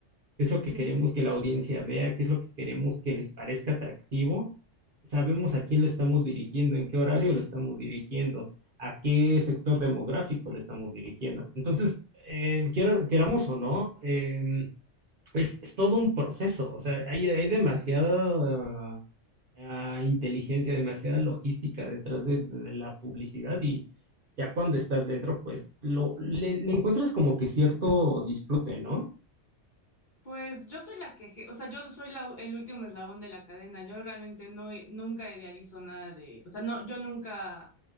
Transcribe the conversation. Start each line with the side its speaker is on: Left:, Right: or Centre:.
Right: qué es lo
Left: Sí,
Right: que queremos que la audiencia vea, qué es lo que queremos que les parezca atractivo. Sabemos a quién le estamos dirigiendo, en qué horario le estamos dirigiendo, a qué sector demográfico le estamos dirigiendo. Entonces, eh, quiera- queramos o no, em, es, es todo un proceso, o sea, hay, hay demasiada ah, inteligencia, demasiada logística detrás de, de la publicidad y ya cuando estás dentro, pues lo, le, le encuentras como que cierto disfrute, ¿no?
Left: Pues yo soy la que, je- o sea, yo soy la- el último eslabón de la cadena. Yo realmente no, i- nunca idealizo nada de, o sea, no, yo nunca,